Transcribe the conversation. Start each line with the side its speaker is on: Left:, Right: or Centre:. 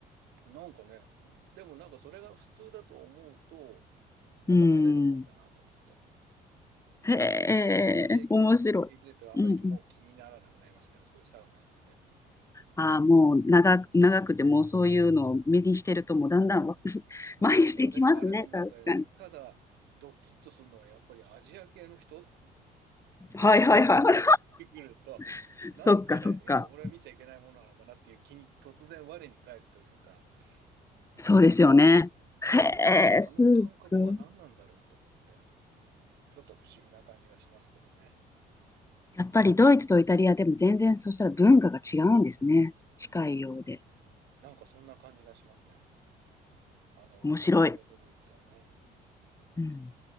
Right: なんかね、でもなんかそれが普通だと思うと、なんか慣れるもんだなと思って。
Left: うん。へえ、
Right: だからぼ僕も平気で、
Left: 面白い。
Right: 平気でってかあんまりもう気にならなくなりましたけど、
Left: うんうん。
Right: そういうサウナ行って。
Left: ああ、もう長く、長くてもうそういうのを目にしてるともうだんだんわ <laughs> 麻痺してきますね。
Right: もう慣れ、慣れの問題でね。
Left: 確かに。
Right: ただ、ドキッとするのはやっぱりアジア系の人
Left: はいはいはい。
Right: <laughs> に来ると、
Left: <laughs>
Right: なんかね、
Left: そっかそっか。
Right: やっぱ俺は見ちゃいけないものなのかなっていう気に突然我に返るというか、うん。
Left: そうですよね。
Right: なんかね、
Left: へえ、
Right: あの感覚は何なんだろうと思って。
Left: すっごい。
Right: うん、ちょっと不思議な感じがしますけどね。
Left: やっぱりドイツとイタリアでも全然そうしたら文化が違うんですね。近いようで。
Right: なんかそんな感じがしますね。あの、
Left: 面白い。
Right: 掘り下げてみると。うん。
Left: うん